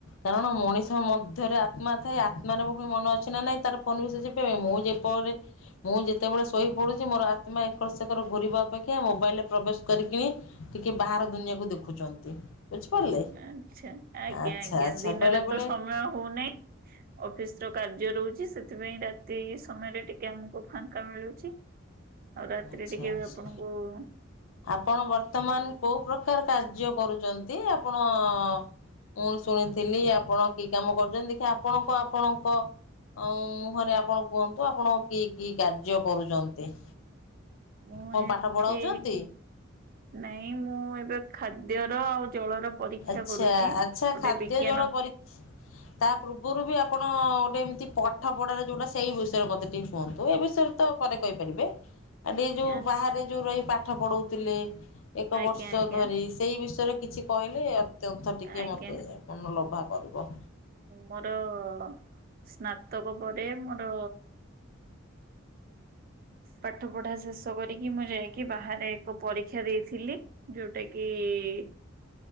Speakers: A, on the left (about 75°); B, on the right (about 45°).
A: କାରଣ ମଣିଷ ମଧ୍ୟରେ ଆତ୍ମା ଥାଏ ଆତ୍ମାର ପ-ପ ମନ ଅଛି ନା ନାଇଁ ତାର ଫୋନ ବି ସେ ମୁଁ ଯେପରି ମୁଁ ଯେତେବେଳେ ଶୋଇ ପଡ଼ୁଛି ମୋର ଆତ୍ମା ଏକର ସେକର ଘୁରିବା ଅପେକ୍ଷା ମୋବାଇଲରେ ପ୍ରବେଶ କରିକିଣି ଟିକେ ବାହାର ଦୁନିଆକୁ ଦେଖୁଛନ୍ତି ବୁଝିପାରିଲେ।
B: ଆଛା ଆଜ୍ଞା
A: ଆଚ୍ଛା
B: ଆଜ୍ଞା
A: ଆଚ୍ଛା
B: ଦିନରେ
A: ବେଳେ ବେଳେ
B: ତ ସମୟ ହଉନାହିଁ। ଅଫିସ୍ ର କାର୍ଯ୍ୟ ରହୁଛି ସେଥିପାଇଁ ରାତି ସମୟରେ ଟିକେ ଆମକୁ ଫାଙ୍କା ମିଳୁଛି। ଆଉ ରାତିରେ
A: ଆଚ୍ଛା
B: ଟିକେ
A: ଆଚ୍ଛା
B: ବି ଆପଣଙ୍କୁ-ଉ-ଉ
A: ଆପଣ ବର୍ତ୍ତମାନ କୋଉ ପ୍ରକାର କାର୍ଯ୍ୟ କରୁଛନ୍ତି ଆପଣ-ଅ-ଅ-ଅ ମୁଁ ଶୁଣିଥିଲି ଆପଣ କି କାମ କରୁଛନ୍ତି ଦେଖେ ଆପଣଙ୍କ ଆପଣଙ୍କ ଉ-ଉ-ଉ ମୁହଁରେ ଆପଣ କୁହନ୍ତୁ ଆପଣ କି କି କାର୍ଯ୍ୟ କରୁଛନ୍ତି?
B: ମୁଁ
A: କଣ
B: ଏଠି
A: ପାଠ ପଢ଼ାଉଛନ୍ତି?
B: ନାଇଁ ମୁଁ ଏବେ ଖାଦ୍ୟର ଆଉ ଜଳର ପରୀକ୍ଷା
A: ଆଚ୍ଛା
B: କରୁଛି
A: ଆଚ୍ଛା
B: ଗୋଟେ
A: ଖାଦ୍ୟ
B: ବିଜ୍ଞାନ
A: ଜଳ ପରି ତା ପୂର୍ବରୁ ବି ଆପଣ-ଅ-ଅ-ଅ ଗୋଟେ ଏମିତି ପାଠ ପଢାରେ ଯୋଉଟା ସେଇ ବିଷୟରେ ମତେ ଟିକେ କୁହନ୍ତୁ ଏ ବିଷୟରେ ତ ପରେ କହିପାରିବେ।
B: <inaudible>
A: ଆ ଦି ଯୋଉ
B: ଆଚ୍ଛା
A: ବାହାରେ ଯୋଉ ରହି ପାଠ ପଢଉଥିଲେ ଏକ
B: ଆଜ୍ଞା
A: ବର୍ଷ
B: ଆଜ୍ଞା
A: ଧରି ସେଇ ବିଷୟରେ କିଛି କହିଲେ ଅତ୍ୟନ୍ତ ଟିକେ
B: ଆଜ୍ଞା।
A: ମତେ ମନଲୋଭା କରିବ।
B: ମୋର-ଅ-ଅ-ଅ ସ୍ନାତକ ପରେ ମୋର ପାଠ ପଢା ଶେଷ କରିକି ମୁଁ ଯାଇକି ବାହାରେ ଏକ ପରୀକ୍ଷା ଦେଇଥିଲି। ଯୋଉଟା କି-ଇ-ଇ-ଇ